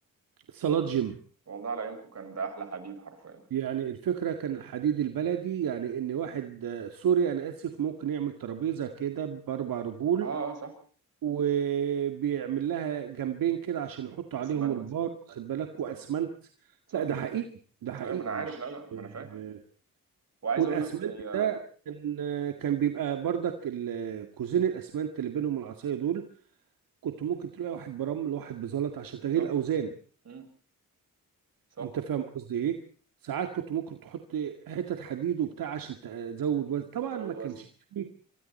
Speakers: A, on the right; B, on the right.
A: صالات جيم
B: والله على يومكم كان ده احلى حديد حرفيا
A: يعني الفكرة كان الحديد البلدي يعني إن واحد آه، سوري أنا آسف ممكن يعمل ترابيزة كده بأربع رجول
B: اه اه صح
A: وبيعمل لها جنبين كده عشان يحط
B: اسمنت
A: عليهم البار واخد بالك
B: صح
A: وأسمنت
B: صح
A: لا ده حقيقي ده حقيقي
B: ايوه ما انا عارف
A: مش
B: لا لا ما انا فاهم
A: أه
B: وعايز
A: والأسمنت
B: اقول لك هي
A: ده كان آه، كان بيبقى بردك ال- كوزين الأسمنت اللي بينهم العصاية دول كنت ممكن تلاقي واحد برمل وواحد بزلط عشان تغيير
B: صح
A: الأوزان
B: مم. صح
A: انت فاهم قصدي ايه ساعات كنت ممكن تحط حتت حديد وبتاع عشان ت- تزود وزن طبعا
B: تزود
A: ما كانش
B: وزن
A: فيه